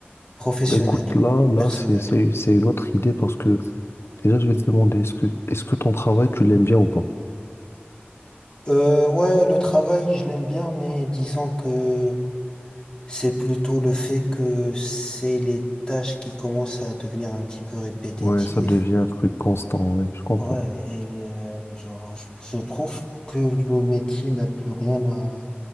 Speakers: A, on the left; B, on the left.
A: professionnel,
B: Bah écoute, là, là,
A: personnel.
B: c'est, c'est, c'est une autre idée parce que déjà, je vais te demander, est-ce que, est-ce que ton travail, tu l'aimes bien ou pas?
A: Euh, ouais, le travail, je l'aime bien, mais disons que c'est plutôt le fait que c'est les tâches qui commencent à devenir un petit peu répétitives.
B: Ouais, ça devient un truc constant, ouais, je comprends.
A: Ouais, et euh, genre, je, je trouve que le métier n'a plus rien à,